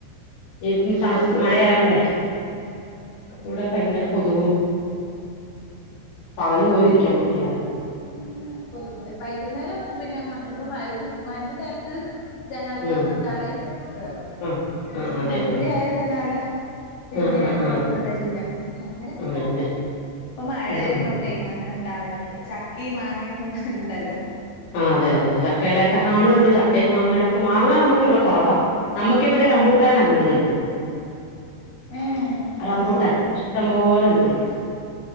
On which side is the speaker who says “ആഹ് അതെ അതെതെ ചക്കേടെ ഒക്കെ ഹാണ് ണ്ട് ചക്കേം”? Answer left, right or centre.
Left